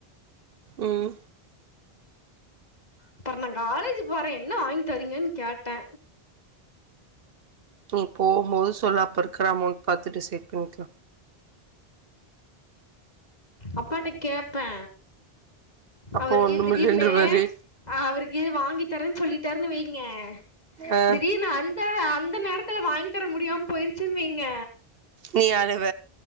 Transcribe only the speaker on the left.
அப்பற நா காலேஜ் போறே என்ன வாங்கி தரீங்கன்னு கேட்டே
அப்பாட்ட கேப்பே
அவருகு
திடீர்னு
அவருக்கு வாங்கி தரேன் சொல்லிட்டார்னு வைங்க
திடீர்னு அன் த அந்த நேரத்துல வாங்கி தர முடியாம போயிருச்சின் வைங்க